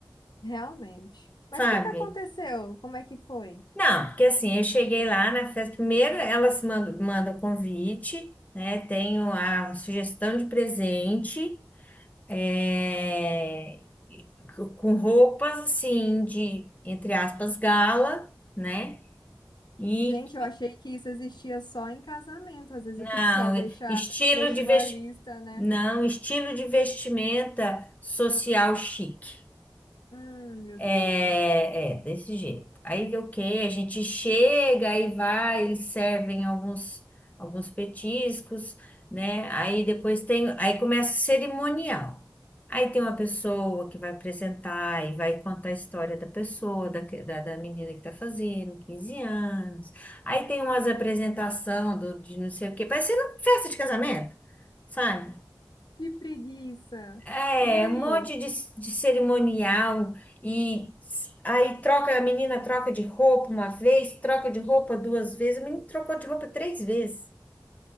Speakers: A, on the left (about 65°); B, on the left (about 20°).
A: Realmente. Mas
B: sabe?
A: o que que aconteceu? Como é que foi?
B: Não, porque assim, eu cheguei lá na festa, primeiro elas mandam, mandam convite, né? Tenho a sugestão de presente. é, com roupas assim de, entre aspas, gala, né? E
A: Gente, eu achei que isso existia só em casamento. Às vezes
B: não,
A: o pessoal <laughs> deixa,
B: estilo
A: deixa
B: de vesti...
A: uma lista, né?
B: não, estilo de vestimenta social chique.
A: Hum, meu
B: É,
A: Deus.
B: é, desse jeito. Aí o que? A gente chega, aí vai, eles servem alguns, alguns petiscos, né? Aí depois tem, aí começa o cerimonial. Aí tem uma pessoa que vai apresentar e vai contar a história da pessoa, da, que- da, da menina que tá fazendo, 15 anos. Aí tem umas apresentação do, de não sei o quê, parecendo festa de casamento, sabe?
A: Que preguiça.
B: É,
A: E aí?
B: um monte de, de cerimonial e s- aí troca, a menina troca de roupa uma vez, troca de roupa duas vezes, a menina trocou de roupa três vezes.